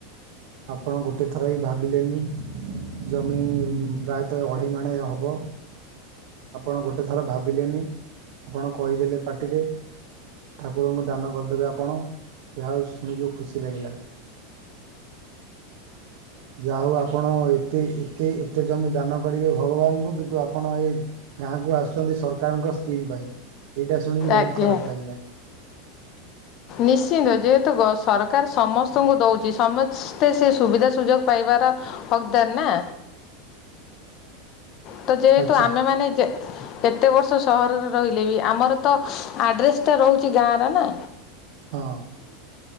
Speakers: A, on the right; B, on the left.
A: ଆପଣ ଗୋଟିଏ ଥର ହିଁ ଭାବିଲେନି ଜମି ପ୍ରାୟତଃ ଅଢ଼େଇ ମାଣେ ହେବ ଆପଣ ଗୋଟେ ଥର ଭାବିଲେନି ଆପଣ କହିଦେଲେ ପାଟିରେ ଠାକୁରଙ୍କୁ ଦାନ କରିଦେବେ ଆପଣ ଯାହା ହଉ ଶୁଣିକି ଖୁସି ଲାଗିଲା। ଯାହା ହେଉ ଆପଣ ଏତେ ଏତେ ଏତେ ଜମି ଦାନ କରିବେ ଭଗବାନଙ୍କୁ କିନ୍ତୁ ଆପଣ ଏ ଗାଁକୁ ଆସୁଛନ୍ତି ସରକାରଙ୍କ ସ୍କିମ୍ ପାଇଁ ଏଇଟା ଶୁଣିକି ବହୁତ୍
B: ଆଜ୍ଞା
A: ଖରାପ ଲାଗିଲା।
B: ନିଶ୍ଚିନ୍ତ ଯେହେତୁ ସରକାର ସମସ୍ତଙ୍କୁ ଦେଉଛି ସମ ସ୍ତେ ସେ ସୁବିଧା ସୁଯୋଗ ପାଇବାର ହକଦାର ନାଁ। ତ ଯେହେତୁ
A: ଆଚ୍ଛା
B: ଆମେ ମାନେ ଯେ କେତେ ବର୍ଷ ସହରରେ ରହିଲେ ବି ଆମର ତ ଆଡ୍ରେସ ଟା ରହୁଛି ଗାଁ ର ନା।
A: ହଁ